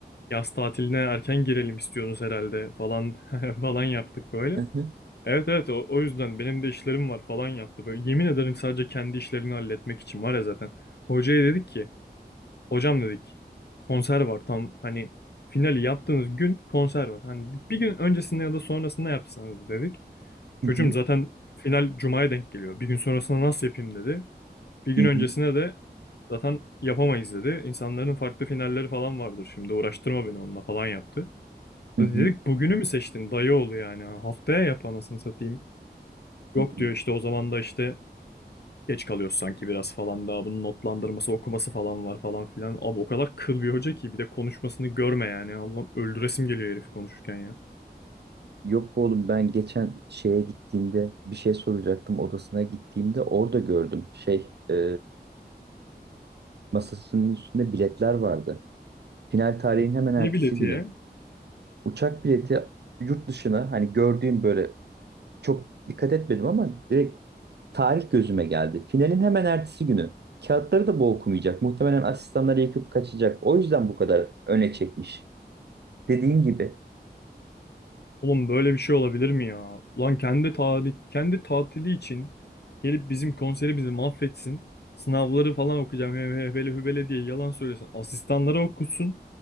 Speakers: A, on the left (about 70°); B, on the right (about 75°).
A: yaz tatiline erken girelim istiyorsunuz herhalde falan <laughs> falan yaptık böyle.
B: Hı hı.
A: Evet evet o, o yüzden benim de işlerim var falan yaptı. Böyle yemin ederim sadece kendi işlerini halletmek için var ya zaten. Hocaya dedik ki Hocam dedik konser var tam hani finali yaptığımız gün konser var. Hani bir gün öncesinde ya da sonrasında yapsanız dedik. Çocuğum
B: Hı hı.
A: zaten final cumaya denk geliyor. Bir gün sonrasında nasıl yapayım dedi. Bir gün
B: Hı hı.
A: öncesine de zaten yapamayız dedi. İnsanların farklı finalleri falan vardır şimdi uğraştırma beni onunla falan yaptı.
B: Hı
A: Dedik
B: hı.
A: bugünü mü seçtin dayı oğlu yani haftaya yap anasını satayım. Yok
B: Hı hı.
A: diyor işte o zaman da işte Geç kalıyoruz sanki biraz falan daha bunun notlandırması okuması falan var falan filan. Abi o kadar kıl bir hoca ki bir de konuşmasını görme yani. Allah'ım öldüresim geliyor herif konuşurken ya.
B: Yok bu oğlum ben geçen şeye gittiğimde bir şey soracaktım odasına gittiğimde orada gördüm şey eee, masasının üstünde biletler vardı. Final tarihin hemen ertesi
A: Ne bileti
B: günü.
A: ya?
B: Uçak bileti yurt dışına hani gördüğüm böyle çok dikkat etmedim ama direkt tarih gözüme geldi. Finalin hemen ertesi günü. Kağıtları da bu okumayacak. Muhtemelen asistanları yakıp kaçacak. O yüzden bu kadar öne çekmiş. Dediğin gibi.
A: Oğlum böyle bir şey olabilir mi ya? Ulan kendi tali kendi tatili için gelip bizim konseri bizi mahvetsin. Sınavları falan okuyacağım he- he- hele hübele diye yalan söylesin. Asistanlara okutsun.